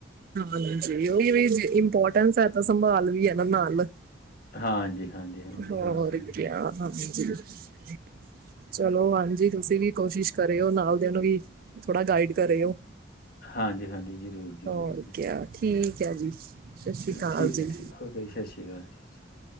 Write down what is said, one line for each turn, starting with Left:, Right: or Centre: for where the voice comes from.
Right: ਹਾਂਜੀ ਔਈਯੋ ਇੰਪੋਰਟ ਤਿੰਨ ਸਹਿਤਾ ਸੰਭਾਲ ਵੀ ਹੈ ਨਾ ਨਾਲ
Left: ਹਾਂਜੀ, ਹਾਂਜੀ, ਹਾਂਜੀ
Right: ਹੋ
Left: ਬਿਲਕੁਲ,
Right: ਹੋਰ ਕਿਆ
Left: ਬਿਲਕੁਲ
Right: <unintelligible> ਚਲੋ ਹਾਂਜੀ ਤੁਸੀਂ ਵੀ ਕੋਸ਼ਿਸ਼ ਕਰੇ ਔ ਨਾਲ ਦੀ ਨੂੰ ਵੀ ਥੋੜਾ ਗਾਈਡ ਕਰੇ ਔ।
Left: ਹਾਂਜੀ, ਹਾਂਜੀ ਜੀ। ਜ਼ਰੂਰ, ਜ਼ਰੂਰ
Right: ਹੋਰ ਕਿਆ ਠੀਕ ਹੈ ਜੀ ਸਤਿ ਸ਼੍ਰੀ
Left: ਚਲੋ
Right: ਅਕਾਲ
Left: ਠੀਕ
Right: ਜੀ
Left: ਹੈ, ਠੀਕ ਓ ਜੀ ਸਤਿ ਸ਼੍ਰੀ ਅਕਾਲ ਜ ਸਤਿ ਸ਼੍ਰੀ ਅਕਾਲ।